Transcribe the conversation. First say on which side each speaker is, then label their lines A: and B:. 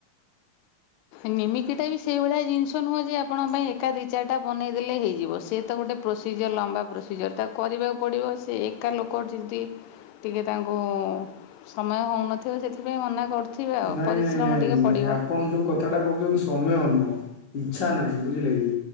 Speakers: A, on the left; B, on the left.
A: ନିମିକିଟା ବି ସେଇଭଳିଆ ଜିନିଷ ନୁହଁ ଯେ ଆପଣ ପାଇଁ ଏକା ଦୁଇ ଚାରଟା ବନେଇ ଦେଲେ ହେଇଯିବ ସିଏ ତ ଗୋଟେ ପ୍ରୋସିଜର୍ ଲମ୍ବା ପ୍ରୋସିଜର୍ ତାକୁ କରିବାକୁ ପଡ଼ିବ ସେ ଏକା ଲୋକ ଯଦି ଟିକେ ତାଙ୍କୁ ସମୟ ହେଉନଥିବ ସେଥିପାଇଁ ମନା କରୁ ଥିବେ ଆଉ
B: ନାଇଁ
A: ପରିଶ୍ରମ
B: ନାଇଁ ନାଇଁ
A: ଟିକେ ପଡ଼ିବ।
B: ନାଇଁ ଆପଣ ଯେଉଁ କଥାଟା କହୁଛନ୍ତି ସମୟ ନୁହଁ ଇଚ୍ଛା ନାହିଁ ବୁଝିଲେ କି?